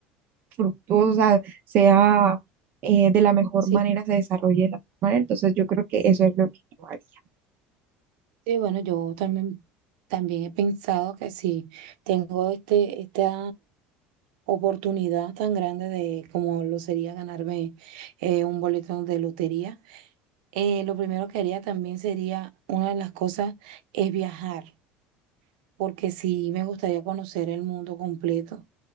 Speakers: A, on the right; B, on the right.
A: fructuosa, sea eh, de la mejor
B: sí,
A: manera, se desarrolle de la mejor manera. Entonces yo creo que eso es lo que yo haría.
B: sí, bueno, yo también, también he pensado que si tengo este, esta oportunidad tan grande de como lo sería ganarme eh, un boleto de lotería, eh, lo primero que haría también sería, una de las cosas es viajar. porque sí me gustaría conocer el mundo completo.